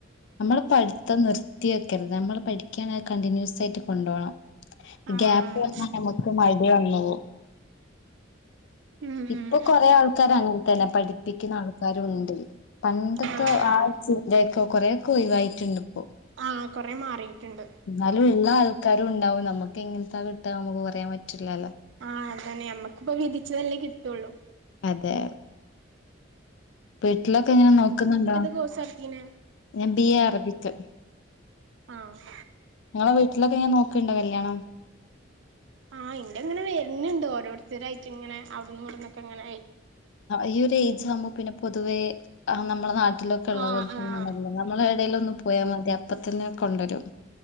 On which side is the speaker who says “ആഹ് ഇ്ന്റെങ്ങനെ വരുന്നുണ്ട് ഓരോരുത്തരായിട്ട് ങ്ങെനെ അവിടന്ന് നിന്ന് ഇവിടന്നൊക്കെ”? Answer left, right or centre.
Right